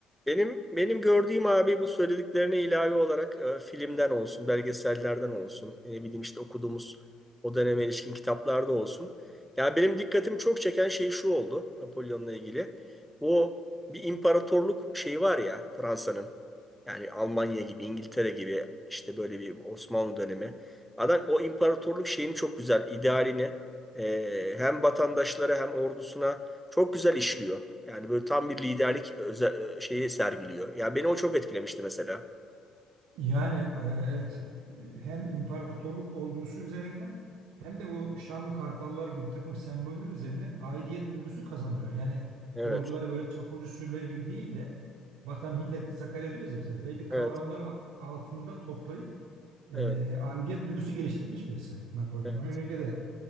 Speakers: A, in the centre; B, on the right.
A: Benim benim gördüğüm abi bu söylediklerine ilave olarak e, filmden olsun, belgesellerden olsun, ne bileyim işte okuduğumuz o döneme ilişkin kitaplarda olsun. Ya benim dikkatimi çok çeken şey şu oldu Napolyon'la ilgili. Bu bir imparatorluk şeyi var ya Fransa'nın. Yani Almanya gibi, İngiltere gibi işte böyle bir Osmanlı dönemi. Adam o imparatorluk şeyini çok güzel, idealini e, hem vatandaşlara hem ordusuna çok güzel işliyor. Yani böyle tam bir liderlik öze- şeyi sergiliyor. Ya beni o çok etkilemişti mesela.
B: Yani e, evet e, hem imparatorluk olgusu üzerinden hem de bu şanlı kartallar gibi bir takım semboller üzerinden aidiyet duygusu kazandırıyor. Yani
A: Evet,
B: orduları böyle çapulcu sürüleri gibi değil de vatan millet Sakarya diyoruz ya bize belli kavramlar
A: evet,
B: a- altında toplayıp e,
A: evet,
B: aidiyet duygusu geliştirmiş birisi Napolyon.
A: evet,
B: O yönüyle de